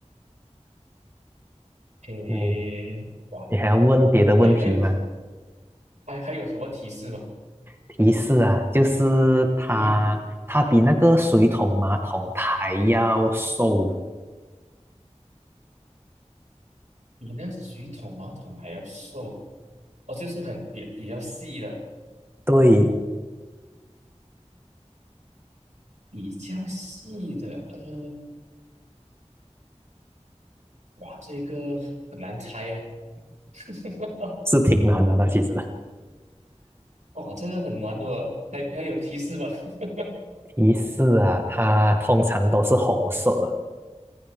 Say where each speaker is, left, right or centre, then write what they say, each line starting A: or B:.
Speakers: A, on the right (about 85°); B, on the right (about 20°).
A: 诶，
B: 你
A: 哇，
B: 你还要问别的问题吗？
A: 还有还有还还有什么提示吗？<laughs>
B: 提示啊，就是它它比那个水桶马桶还要瘦的。
A: 嗯，比那水桶、马桶还要瘦哦，就是很比比较细的，
B: 对，
A: 比较细的。嗯，哇，这个很难猜耶。<laughs>
B: 是挺难的它其实。
A: 哇，这个很难的哦，还还有提示吗？<laughs>
B: 提示啊，它通常都是红色的。